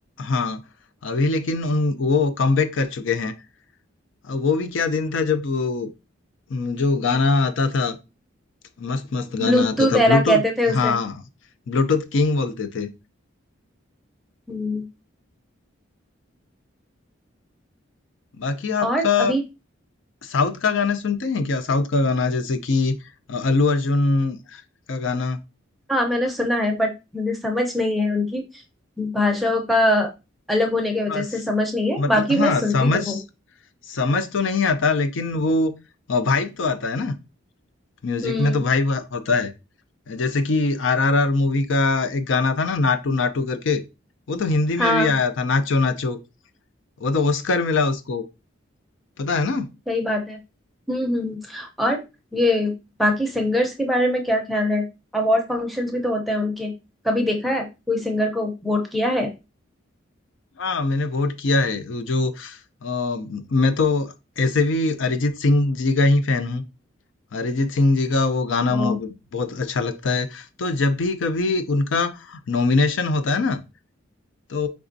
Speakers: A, on the left (about 65°); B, in the centre.
A: हाँ अभी लेकिन उन वो कमबैक कर चुके हैं अ, वो भी क्या दिन था जब अ, जो गाना आता था मस्त मस्त गाना
B: ब्लूटूथ
A: आता था
B: एरा
A: ब्लूटूथ
B: कहते थे उसे
A: हाँ ब्लूटूथ किंग बोलते थे
B: हम्म
A: बाकी आपका
B: और अभी
A: साउथ का गाना सुनते हैं क्या साउथ का गाना जैसे कि अ, अल्लू अर्जुन का गाना
B: हाँ मैंने सुना है बट मुझे समझ नहीं है उनकी भाषाओं का अलग होने की वजह
A: हाँ स-
B: से समझ नहीं है
A: मतलब
B: बाकी
A: हाँ
B: मैं सुनती
A: समझ
B: तो हूँ
A: समझ तो नहीं आता लेकिन वो वाइब तो आता है ना म्यूजिक
B: हम्म
A: में तो वाइब होता है जैसे कि आरआरआर मूवी का एक गाना था ना नाटू नाटू करके वो तो हिंदी में
B: हाँ
A: भी आया था नाचो नाचो वो तो ऑस्कर मिला उसको पता है ना
B: सही बात है हम्म हम्म और ये बाकी सिंगर्स के बारे में क्या ख्याल है अवार्ड फंक्शंस भी तो होते हैं उनके कभी देखा है कोई सिंगर को वोट किया है
A: हाँ मैंने वोट किया है वो जो अ, मैं तो ऐसे भी अरिजीत सिंह जी का ही फैन हूँ अरिजीत सिंह जी का वो गाना
B: ओ
A: मो- बहुत अच्छा लगता है तो जब भी कभी उनका नॉमिनेशन होता है ना तो